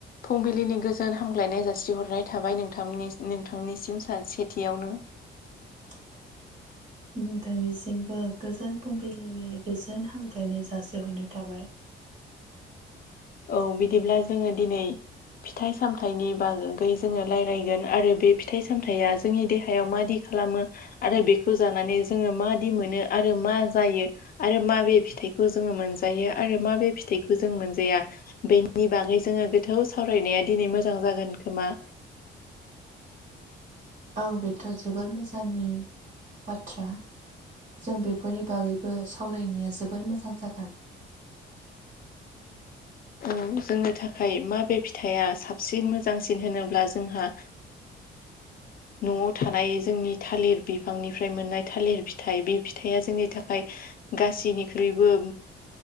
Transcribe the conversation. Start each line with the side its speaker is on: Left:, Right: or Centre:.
Left: फुंबिलिनि गोजोन हामलायनाय जासिहरनाय थाबाय नोंथांनि नोंथांनिसिम सेथियावनो
Right: <unintelligible> नोंथांनिसिमबो गोजोन फुंबिलिनि गोजोन हामग्लायनाय जासिहरनाय थाबाय
Left: औ बिदिब्ला जोङो दिनै फिथाइ-सामथायनि बागै जोंङो रायज्लायगोन आरो बे फिथाइ सामथाइया जोंनि देहायाव मादि खालामो आरो बेखौ जानानै जोङो मादि मोनो आरो मा जायो आरो माबे फिथाइया फिथाइखौ जोङो मोनजायो आरो माबे फिथाइखौ जों मोनजाया बेनि बागै जोङो गोथौ सावरायनाया दिनै मोजां जागोन खोमा
Right: औ बेथ' जोबोर मोजांनि बाथ्रा जों बेफोरनि बागैबो सावरायनाया जोबोर मोजां जागोन <inaudible>
Left: औ जोंनि थाखाय माबे फिथाइया साबसिन मोजांसिन होनोब्ला जोंहा
Right: <inaudible>
Left: न'आव थानाय जोंनि थालिर बिफांनिफ्राय मोननाय थालिर फिथाइ बे फिथाइया जोंनि थाखाय गासैनिख्रुइबो